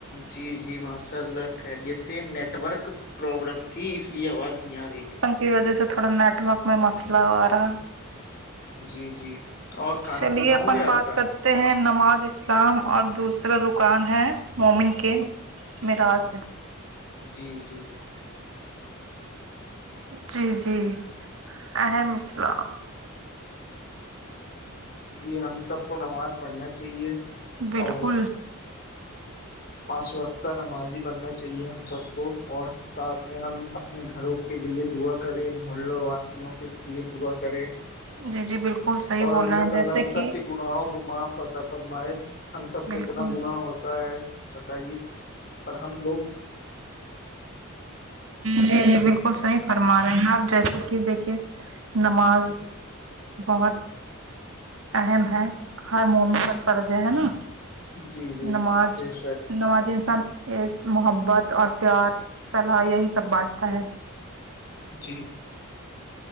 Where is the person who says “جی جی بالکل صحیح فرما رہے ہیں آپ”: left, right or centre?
Right